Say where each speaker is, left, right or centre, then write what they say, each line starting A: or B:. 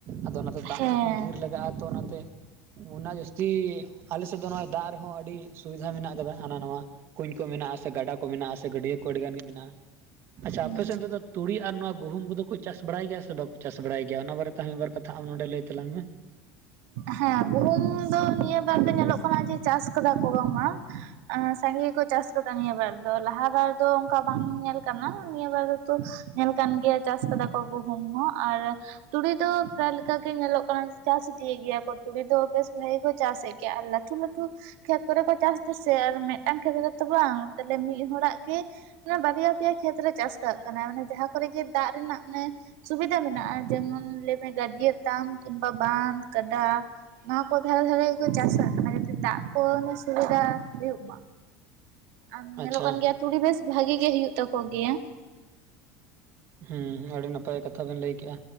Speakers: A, on the right; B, on the right.
A: ᱟᱫᱚ ᱚᱱᱟᱛᱮ ᱫᱟᱜ
B: ᱦᱮᱸ
A: ᱡᱚᱠᱷᱚᱱ ᱰᱷᱤᱨ ᱞᱟᱜᱟᱜᱼᱟ ᱛᱚ ᱚᱱᱟᱛᱮ ᱚᱱᱟ ᱡᱟᱹᱥᱛᱤ ᱟᱞᱮᱥᱮᱫ ᱫᱚ ᱱᱚᱜᱼᱚᱭ ᱫᱟᱜ ᱨᱮᱦᱚ ᱟᱹᱰᱤ ᱥᱩᱵᱤᱫᱷᱟ ᱢᱮᱱᱟᱜ ᱟᱠᱟᱫᱟ ᱦᱟᱱᱟ ᱱᱟᱣᱟ ᱠᱩᱧ ᱠᱚ ᱢᱮᱱᱟᱜᱼᱟ ᱥᱮ ᱜᱟᱰᱟ ᱠᱚ ᱢᱮᱱᱟᱜᱼᱟᱥᱮ ᱜᱟᱹᱰᱭᱟᱹ ᱠᱚ ᱟᱹᱰᱤ ᱜᱟᱱ ᱜᱮ ᱢᱮᱱᱟᱜᱼᱟ᱾ ᱟᱪᱪᱷᱟ
B: ᱦᱮᱸ
A: ᱟᱯᱮ ᱥᱮᱱ ᱛᱮᱫᱚ ᱛᱩᱲᱤ ᱟᱨ ᱱᱚᱣᱟ ᱜᱩᱦᱩᱢ ᱠᱚᱫᱚ ᱠᱚ ᱪᱟᱥ ᱵᱟᱲᱟᱭ ᱜᱮᱭᱟ ᱥᱮ ᱵᱟᱠᱚ ᱪᱟᱥ ᱵᱟᱲᱟᱭ ᱜᱮᱭᱟ ᱚᱱᱟ ᱵᱟᱨᱮᱛᱮ ᱢᱤᱫᱵᱟᱨ ᱠᱟᱛ ᱛᱷᱟ ᱟᱢ ᱱᱚᱰᱮ ᱞᱟᱹᱭ ᱛᱟᱞᱟᱝ ᱢᱮ᱾
B: ᱦᱮᱸ ᱜᱩᱦᱩᱢ ᱫᱚ ᱱᱤᱭᱟᱹ ᱵᱟᱨ ᱫᱚ ᱧᱮᱞᱚᱜ ᱠᱟᱱᱟ ᱡᱮ ᱪᱟᱥ ᱠᱟᱫᱟ ᱠᱚ ᱵᱟᱝᱢᱟ᱾ ᱥᱟᱸᱜᱮ ᱜᱮᱠᱚ ᱪᱟᱥ ᱠᱟᱫᱟ ᱱᱤᱭᱟᱹᱵᱟᱨ ᱫᱚ ᱞᱟᱦᱟ ᱵᱟᱨ ᱫᱚ ᱚᱱᱠᱟ ᱵᱟᱝ ᱧᱮᱞ ᱠᱟᱱᱟ ᱱᱤᱭᱟᱹ ᱵᱟᱨ ᱫᱚ ᱛᱚ ᱧᱮᱞ ᱠᱟᱱ ᱜᱮᱭᱟ ᱪᱟᱥ ᱠᱟᱫᱟ ᱠᱚ ᱜᱩᱦᱩᱢ ᱦᱚᱸ ᱟᱨ ᱛᱩᱲᱤ ᱫᱚ ᱯᱨᱟᱭ ᱞᱮᱠᱟ ᱜᱮ ᱧᱮᱞᱚᱜ ᱠᱟᱱᱟ ᱪᱟᱥ ᱤᱫᱤᱭᱮ ᱜᱮᱭᱟ ᱠ ᱛᱩᱲᱤ ᱫᱚ ᱵᱮᱥ ᱵᱷᱟᱜᱤ ᱠᱚ ᱪᱟᱥᱮᱫ ᱜᱮᱭᱟ ᱟᱨ ᱞᱟᱷᱴᱩ ᱞᱟᱷᱴᱩ ᱠᱷᱮᱛ ᱠᱚᱨᱮ ᱠᱚ ᱪᱟᱥ ᱫᱟᱥᱮ ᱟᱨ ᱢᱮᱫᱴᱟᱝ ᱠᱷᱮᱛ ᱨᱮᱛᱚ ᱵᱟᱝ ᱛᱟᱦᱞᱮ ᱢᱤᱫ ᱦᱚᱲᱟᱜ ᱜᱮ ᱟᱱᱮ ᱵᱟᱨᱭᱟ ᱯᱮᱭᱟ ᱠᱷᱮᱛᱨᱮ ᱪᱟᱥ ᱠᱟᱜ ᱠᱟᱱᱟ ᱢᱟᱱᱮ ᱡᱟᱦᱟᱸ ᱠᱚᱨᱮᱜ ᱜᱮ ᱫᱟᱜ ᱨᱮᱱᱟᱜ ᱢᱟᱱᱮ ᱥᱩᱵᱤᱫᱟ ᱢᱮᱱᱟᱜᱼᱟ᱾ ᱡᱮᱢᱚᱱ ᱞᱟᱹᱭᱢᱮ ᱜᱟᱰᱭᱟᱹ ᱛᱟᱢ ᱠᱤᱢᱵᱟ ᱵᱟᱸᱫ ᱜᱟᱰᱟ᱾ ᱱᱚᱣᱟ ᱠᱚ ᱫᱷᱟᱨᱮ ᱫᱷᱟᱨᱮ ᱜᱮᱠᱚ ᱪᱟᱥ ᱠᱟᱜ ᱠᱟᱱᱟ ᱡᱟᱛᱮ ᱫᱟᱜ ᱠᱚ ᱥᱩᱵᱤᱫᱟ ᱦᱩᱭᱩᱜ ᱢᱟ᱾ ᱟᱨ ᱧᱮᱞᱚᱜ
A: ᱟᱪᱪᱷᱟ
B: ᱠᱟᱱ ᱜᱮᱭᱟ ᱛᱩᱨᱤ ᱵᱮᱥ ᱵᱷᱟᱜᱤ ᱜᱮ ᱦᱩᱭᱩᱜ ᱛᱟᱠᱚ ᱜᱮᱭᱟ᱾
A: ᱦᱩᱸ ᱟᱰᱤ ᱱᱟᱯᱟᱭ ᱠᱟᱛᱷᱟ ᱵᱮᱱ ᱞᱟᱹᱭ ᱠᱮᱜᱼᱟ